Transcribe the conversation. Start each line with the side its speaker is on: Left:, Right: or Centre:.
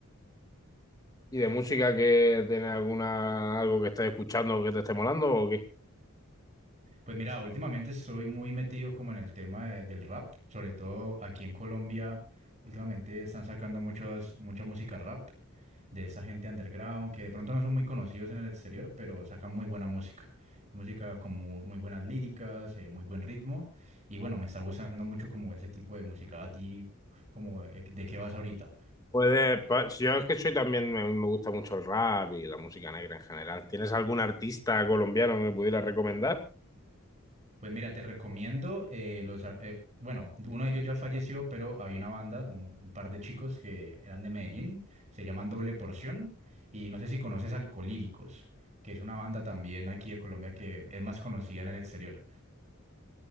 Left: ¿Y de música que tiene alguna, algo que estés escuchando que te esté molando o qué?
Right: Pues mira, últimamente estoy muy metido como en el tema de- del rap, sobre todo aquí en Colombia. Últimamente están sacando muchas, mucha música rap de esa gente underground que de pronto no son muy conocidos en el exterior, pero sacan muy buena música. Música como muy buenas líricas, eh, muy buen ritmo. Y bueno, me está gustando mucho como ese tipo de música. ¿A ti, como, eh, de qué vas ahorita?
Left: Puede, pa- si yo es que soy también, me, me gusta mucho el rap y la música negra en general. ¿Tienes algún artista colombiano que me pudiera recomendar?
Right: Pues mira, te recomiendo eh, los... ar- eh, bueno, uno de ellos ya falleció, pero había una banda, un, un par de chicos que eran de Medellín, se llaman Doble Porción, y no sé si conoces Alcolíricos, que es una banda también aquí de Colombia que es más conocida en el exterior.